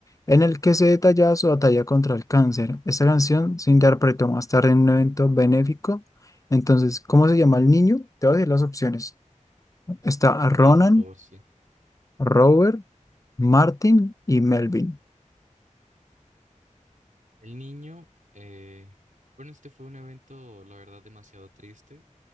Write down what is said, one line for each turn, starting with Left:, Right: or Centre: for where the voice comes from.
Left: en el que se detallaba su batalla contra el cáncer. Esta canción se interpretó más tarde en un evento benéfico. Entonces, ¿cómo se llama el niño? Te voy a decir las opciones. Está Ronan,
Right: Ok, por favor, sí.
Left: Robert, Martin y Melvin.
Right: El niño, eh, bueno, este fue un evento, la verdad, demasiado triste.